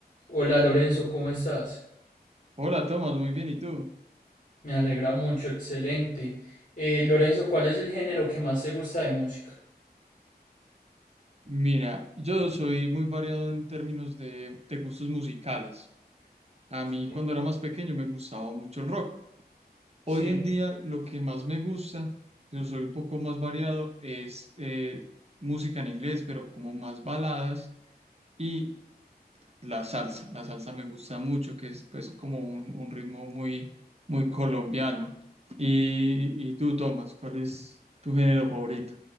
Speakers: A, on the left (about 50°); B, on the right (about 40°).
A: Hola Lorenzo, ¿cómo estás?
B: Hola, Tomás, muy bien, ¿y tú?
A: Me alegra mucho, excelente. Eh, Lorenzo, ¿cuál es el género que más te gusta de música?
B: Mira, yo soy muy variado en términos de, de gustos musicales. A
A: Sí,
B: mí cuando era más pequeño me gustaba mucho el rock.
A: Sí.
B: Hoy en día lo que más me gusta, yo soy un poco más variado, es eh, música en inglés, pero como más baladas y la salsa. La salsa me gusta mucho, que es pues como un, un ritmo muy, muy colombiano. Y, y tú, Tomás, ¿cuál es tu género favorito?